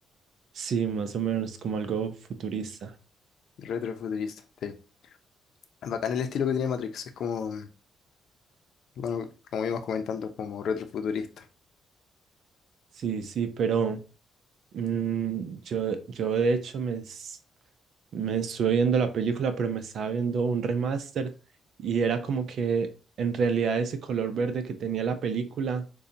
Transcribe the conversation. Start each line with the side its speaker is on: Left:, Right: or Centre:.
Right: Sí, más o menos como algo futurista.
Left: retrofuturista. Sí. Es bacán el estilo que tiene Matrix, es como, bueno, como íbamos comentando, como retrofuturista.
Right: Sí, sí, pero mm, yo, yo de hecho me... s- me estuve viendo la película, pero me estaba viendo un remaster y era como que en realidad ese color verde que tenía la película